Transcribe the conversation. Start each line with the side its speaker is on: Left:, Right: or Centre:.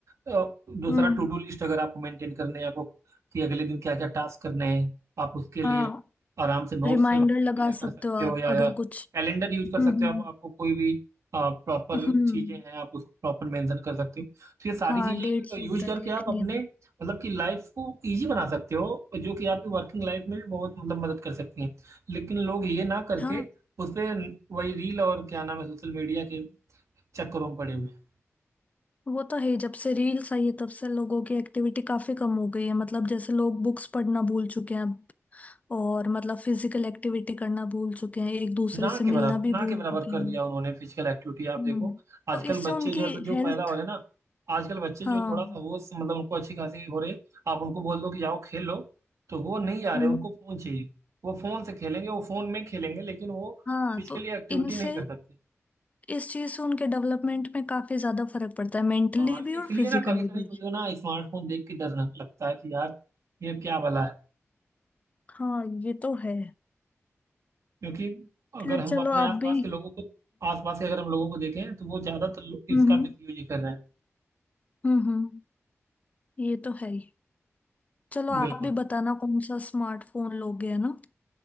Right: अ, दूसरा
Left: हम्म
Right: टू डू लिस्ट अगर आपको मेंटेन करने हैं आपको कि अगले दिन क्या क्या टास्क करने हैं आप उसके लिए
Left: हाँ
Right: आराम से नोट्स
Left: रिमाइंडर
Right: प्रिपेयर
Left: लगा
Right: कर
Left: सकते
Right: सकते
Left: हो आप
Right: हो या,
Left: अगर
Right: या
Left: कुछ
Right: कैलेंडर यूज
Left: हम्म
Right: कर सकते
Left: हम्म
Right: हो आप आपको कोई भी प्रॉपर
Left: हम्म
Right: चीजें हैं आप उसको प्रॉपर मेंशन कर सकते हो तो ये सारी
Left: हाँ
Right: चीजें
Left: डेट्स
Right: यूज
Left: वगैरह
Right: करके
Left: देखनी
Right: आप अपने
Left: है तो
Right: मतलब कि लाइफ को इजी बना सकते हो जो कि आपकी वर्किंग लाइफ में बहुत मतलब मदद कर सकती हैं लेकिन लोग ये ना करके
Left: हाँ,
Right: उस पे वही रील और क्या नाम है सोशल मीडिया के चक्करों में पड़े हुए हैं
Left: वो तो है ही, जब से रील्स आई है तब से लोगों की एक्टिविटी काफी कम हो गई है मतलब जैसे लोग बुक्स पढ़ना भूल चुके हैं अब और मतलब फिजिकल एक्टिविटी करना भूल चुके हैं एक दूसरे
Right: ना
Left: से
Right: के
Left: मिलना
Right: बराबर
Left: भी
Right: ना
Left: भूल
Right: के बराबर
Left: चुके
Right: कर
Left: हैं
Right: दिया उन्होंने फिजिकल एक्टिविटी आप
Left: हम्म
Right: देखो आजकल
Left: तो इससे
Right: बच्चे
Left: उनकी
Right: जो मतलब जो
Left: हेल्थ
Right: पैदा हो रहे हैं ना आजकल बच्चे
Left: हाँ
Right: जो थोड़ा सा होश मतलब उनको अच्छी खासी हो रही है आप उनको बोल दो कि जाओ खेल लो तो वो नहीं जा रहे
Left: हम्म
Right: उनको फोन चाहिए वो फोन से खेलेंगे वो फोन में खेलेंगे लेकिन वो
Left: हाँ
Right: फिजिकली
Left: तो
Right: एक्टिविटी
Left: इनसे
Right: नहीं कर सकते
Left: इस चीज से उनके डेवलपमेंट में काफी ज्यादा फर्क पड़ता है मेंटली
Right: हाँ
Left: भी
Right: इसलिए
Left: और फिजिकली
Right: ना कभी कभी
Left: भी
Right: मुझे ना स्मार्टफोन देख के डर लग- लगता है कि यार ये क्या भला है
Left: हाँ ये तो है
Right: क्योंकि अगर
Left: खैर
Right: हम
Left: चलो
Right: अपने
Left: आप
Right: आसपास
Left: भी
Right: के
Left: हम्म
Right: लोगों को आसपास के अगर हम लोगों को देखें तो वो ज्यादातर लोग
Left: हम्म
Right: इसका मिसयूज ही कर रहे हैं
Left: हम्म हम्म, ये तो है ही चलो आप
Right: बिल्कुल
Left: भी बताना कौन सा स्मार्टफोन लोगे है ना